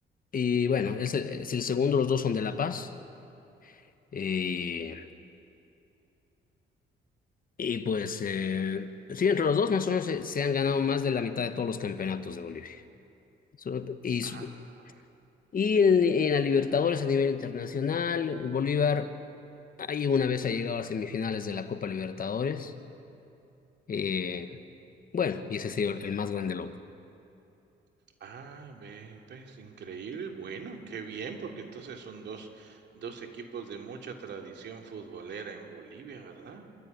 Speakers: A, on the left (about 45°); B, on the right (about 60°).
A: y bueno, es, el es el segundo, los dos son de La Paz. Y,
B: Ujú.
A: y pues, eh, sí, entre los dos más o menos se, se han ganado más de la mitad de todos los campeonatos de Bolivia. So- Y, su-
B: Ah,
A: y en, en la Libertadores a nivel internacional, Bolívar ahí una vez ha llegado a semifinales de la Copa Libertadores. Eh, bueno, y ese ha sido el más grande logro.
B: ah, ve, pues, increíble. Bueno, qué bien, porque entonces son 2 dos equipos de mucha tradición futbolera en Bolivia, ¿verdad?